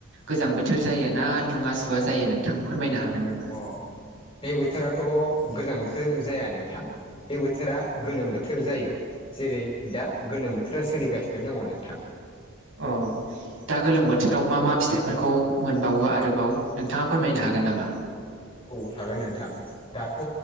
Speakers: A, on the right (about 70°); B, on the left (about 25°).
A: गोजां बोथोर जायो ना दुङा सुवा जायो नोंथां फोरमायनो हागोन नामा।
B: अ बे बोथोराथ' गोजां बोथोर जाया नोंथां। बे बोथोरा गोलोम बोथोर जायो जेरै दा गोलोम बोथोरा सोलिगासिनो दङ नोंथां।
A: अ। दा गोलोम बोथोराव मा मा फिथाइफोरखौ मोनबावो आरोबाव नोंथाङा फोरमायनो हागोन नामा।
B: औ हागोन नोंथां दाथ'